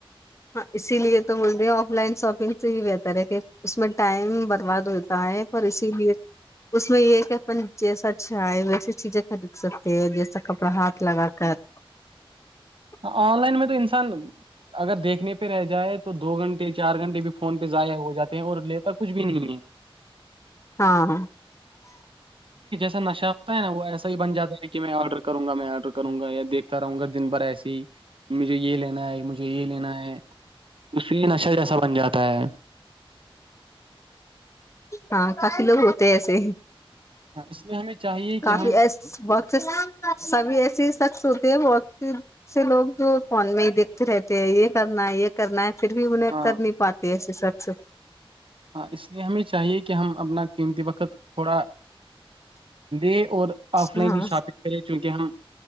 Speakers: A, on the left; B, on the right.
A: ہاں اسی لیے تو بے آف لائن شاپنگ سے ہی بہتر ہے کہ اس میں ٹائم برباد ہوتا ہے پر اسی لیے اس میں یہ ہے کہ اپ جیسا ا چ ہے ویسی چیزیں خرید سکتے ہیں جیسا کپڑا ہاتھ لگا کر <unintelligible>
B: آن لائن میں تو انسان اگر دیکھنے پہ رہ جائے تو دو گھنٹے چار گھنٹے بھی فون پہ ضائع ہو جاتے ہیں اور لیتا کچھ بھی نہیں ہے <unintelligible>
A: ہاں
B: ایا نشہ ہوتا ہے نا وہ ایسا ہی بن جاتا ہے کہ میں آڈر کروں گا میں آڈر کروں گایا دیکھتا رہوں گا دن بھر ایسے مجھے یہ لینا ہے مجھے یہ لینا ہے اس سے نشہ جیسا بن جاتا ہے
A: ہاں کافی لوگ ہوتے ہیں ایسے
B: ہاں، اس لیے ہمیں چاہیے
A: کافی
B: کہ ہم
A: ای بہت سے سبھی ایسے ہی شخص ہوتے ہیں بہت سے لوگ جو فون میں ہی دیکھتے رہتے ہیں یہ کرنا ہے یہ کرنا ہے پھر بھی انہیں
B: ہاں
A: کر نہیں پاتی ای اچ اچھا
B: ہاں اس لیے ہمیشہ چاہیے کہ ہم اپنا قیمتی وقت تھوڑا <inaudible> اور آف لائن
A: ہاں
B: ہی شاپنگ کرے چونکہ ہم